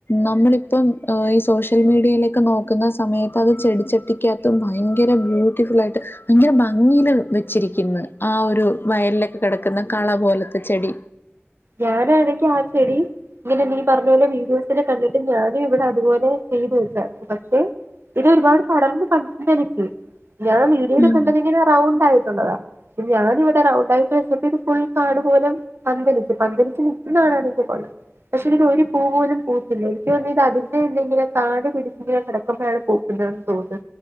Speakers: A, on the left; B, on the right.
A: നമ്മളിപ്പം ഈ സോഷ്യൽ മീടിയയിലേക്കെ നോക്കുന്ന സമയത്ത് അത് ചെടിച്ചട്ടി ക്കത്ത് ഭയങ്കര ബ്യൂട്ടിഫുളായിട്ട് ഭയങ്കര ഭംഗിൽ വെച്ചിരിക്കുന്ന് ആ ഒരു വയലിലൊക്കെ കിട ക്കുന്നെ കള പോലത്തെ ചെടി
B: ഞാനാണെങ്കി ആ ചെടി ഇങ്ങനെ നീ പറഞ്ഞ പോലെ വീഡിയോസിലെ കണ്ടിട്ട് ഞാനും ഇവിടെ അതുപോലെ ചെയ്തു വക്കാ പക്ഷെ ഇത് ഒരുപാട് പടർന്ന് പന്തലിച്ച് ഞാൻ വീഡിയോല്
A: ഉം
B: കണ്ടതിങ്ങനെ റൗണ്ടായിട്ടുള്ളതാ ഞാനിവിടെ റൗണ്ടായിട്ട് വെച്ചപ്പിത് ഫുൾ കാട് പോലെ പന്തലി പന്തലിച്ച് നിക്കുന്നേകാണാനൊക്കെ കൊള്ളാം പക്ഷെ ഇതിൽ ഒരു പൂവ് പോലും പൂത്തില്ല എനിക്ക് തോന്നതതിന്റെ എന്തെങ്കിലും കാട് പിടിച്ചിങ്ങനെ കിടക്കുമ്പോഴാണ് പൂക്കു തോന്ന്ന്ന്